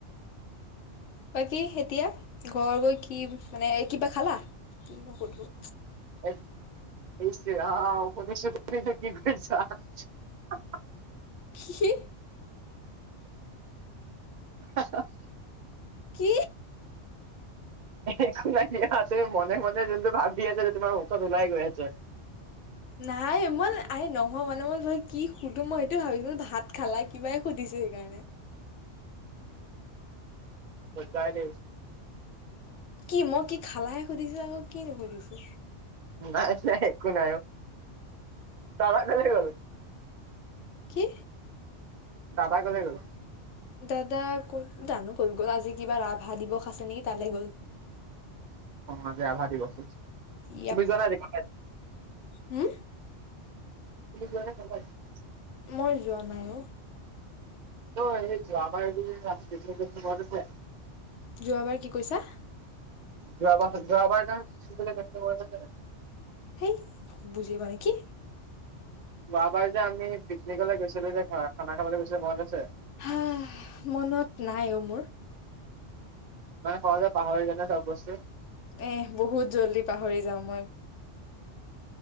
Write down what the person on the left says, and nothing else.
বাকী এতিয়া ঘৰ গৈ কি মানে কিবা খালা কি নোসুধো
কি
কি
নাই ইমান আ নহয় মানে মই ভ কি সুধো মই সেইটো ভাবিছো ভাত খালা কিবাই সুধিছো সেইকাৰণে
কি মই কি খালাহে সুধিছো আকৌ কি নুসুধিছো
কি
দাদা ক'ত জানো ক'ত গ'ল আজি কিবা ৰাভা দিৱস আছে নেকি তালৈ গ'ল
য়াপ
হম
মই যোৱা নাই অ
যোৱাবাৰ কি কৈছা
সেই বুজি মানে কি
হা মনত নাই অ মোৰ
এ বহুত জল্দি পাহৰি যাাম মই